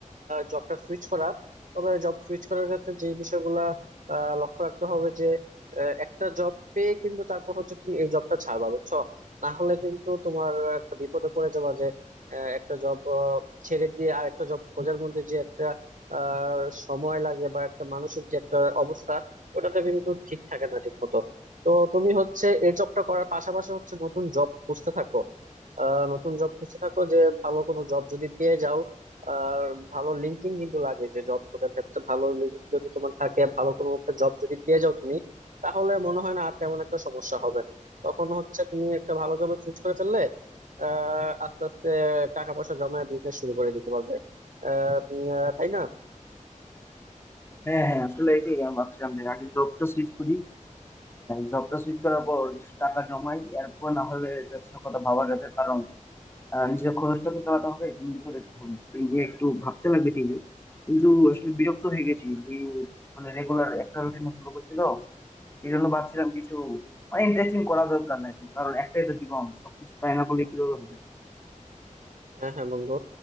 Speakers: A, on the right (about 75°); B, on the left (about 15°).
A: জবটা সুইচ করা তবে জব সুইচ করার ক্ষেত্রে যে বিষয়গুলা আহ, লক্ষ্য রাখতে হবে যে আহ, একটা জব পেয়ে কিন্তু তারপর হচ্ছে তুমি এই জবটা ছাড়বা বুঝছো না হলে কিন্তু তোমার একটা বিপদে পড়ে যাবা যে আহ, একটা জব ছেড়ে দিয়ে আর একটা জব খোঁজার মধ্যে যে একটা আহ, সময় লাগে বা একটা মানসিক যে একটা অবস্থা ওটাতে কিন্তু ঠিক থাকে না ঠিক মতো তো তুমি হচ্ছে এই জবটা করার পাশাপাশি হচ্ছে নতুন জব খুঁজতে থাকো আহ, নতুন জব খুঁজতে থাকো যে ভালো কোনো জব যদি পেয়ে যাও আর ভালো লিঙ্কিং কিন্তু লাগে যে জব খোঁজার ক্ষেত্রে ভালো লিঙ্ক যদি তোমার থাকে ভালো কোনো একটা জব যদি পেয়ে যাও তুমি তাহলে মনে হয় না আর তেমন একটা সমস্যা হবে তখন হচ্ছে তুমি একটা ভালো জবে সুইচ করে ফেললে আহ আস্তে আস্তে টাকা পয়সা জমায় বিজনেস শুরু করে দিতে পারবে আহ উম, আহ, তাই না
B: হ্যাঁ হ্যাঁ আসলে এটাই আমি ভাবছিলাম যে আগে জবটা সুইচ করি জবটা সুইচ করার পর কিছু টাকা জমাই এরপর না হলে ব্যবসার কথা ভাবা যাবে কারণ আহ, নিজের খরচটা তো চালাতে হবে ফ্যামিলিকে দেখতে হবে এই নিয়ে একটু ভাবতে লাগবে ঠিকই কিন্তু আসলে বিরক্ত হয়ে গেছি এই মানে রেগুলার একটা রুটিন ফলো করছি তো এই জন্য ভাবছিলাম কিছু মানে ইন্টারেস্টিং করা দরকার নাই কারণ একটাই তো জীবন সবকিছু তাই না করলে কিভাবে হবে
A: হ্যাঁ হ্যাঁ বন্ধু